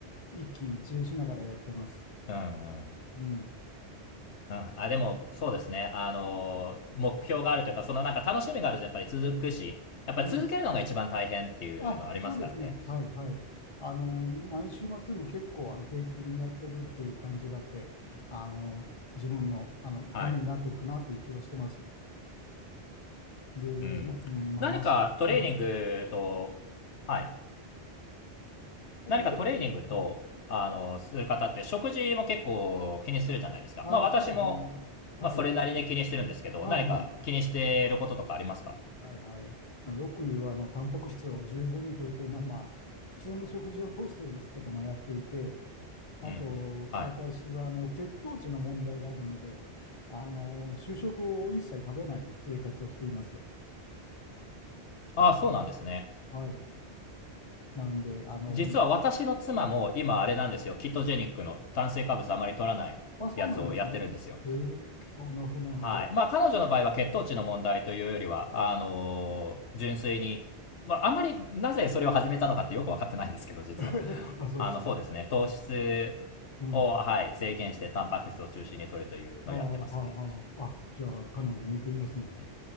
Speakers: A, on the left; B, on the left.
A: 一喜一憂しながらやってます。
B: うんうん。
A: うん。
B: うん、あ、でも、そうですね。あの、目標があるというか、そのなんか楽しみがあるとやっぱり続くし、やっぱり続けるのが一番大変っていうのありますからね。
A: うん。あ、そうですね。はいはい。あの、毎週末も結構あの定期的にやってるという感じがあって、あの、自分の、あのためになってるかなという気はしてます。
B: はい。
A: で、
B: うん。
A: ま、まあ、
B: 何かトレーニングと、
A: まし、はい。
B: はい。
A: えっとど、
B: 何かトレーニングと、
A: はい。
B: あの、する方って食事も結構気にするじゃないですか。
A: ああ、
B: まあ私も、
A: そうですね。はい。
B: まあそれなりに気にしてるんですけど、
A: うんうん。
B: 何か気にしていることとかありますか
A: はいはい。まあ、よく言う、あの、タンパク質を十分に摂るというのは、まあ、普通の食事を通してですけども、やっていて、あと、
B: うんうん。はい。
A: 私はあの血糖値の問題があるので、あの主食を一切食べない生活をしています。
B: ああ、そうなんですね。
A: はい。なんで、あの、
B: 実は私の妻も今あれなんですよ。キットジェニックの炭水化物あまり取らないやつをやってるんですよ。
A: あ、そうなんですね。へえ、あ、なるほど、なるほど。
B: はい。まあ彼女の場合は血糖値の問題というよりは、あのー純粋に、まああんまりなぜそれを始めたのかってよくわかってないんですけど、実は。
A: <laughs> あ、そうですか。
B: あの、そうですね。糖質
A: うん。
B: を、はい、制限してタンパク質を中心に摂るというのをやってますね。
A: あーはあ、はあ、あ、じゃあ、かなり似ていますね。
B: うん、